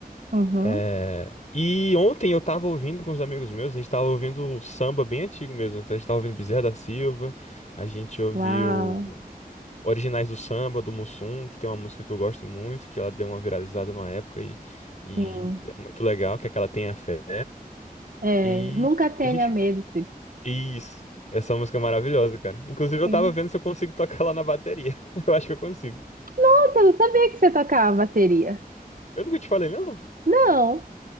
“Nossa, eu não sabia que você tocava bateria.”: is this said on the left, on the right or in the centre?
Right